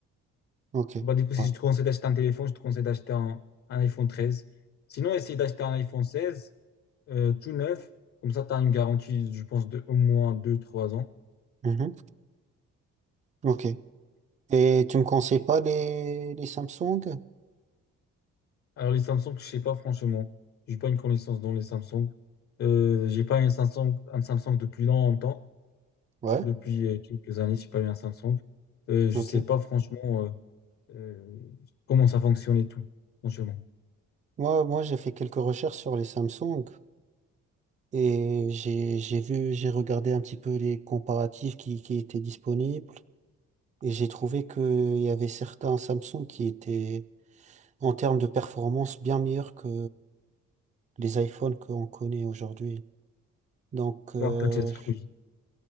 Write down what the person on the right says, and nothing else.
Ok.
Ouais.
Mhm. Ok. Et tu me conseilles pas les les Samsung?
Ouais.
Ok.
Moi, moi, j'ai fait quelques recherches sur les Samsung et j'ai, j'ai vu, j'ai regardé un petit peu les comparatifs qui, qui étaient disponibles et j'ai trouvé qu'il y avait certains Samsung qui étaient, en termes de performance, bien meilleurs que les iPhones qu'on connaît aujourd'hui. Donc, euh,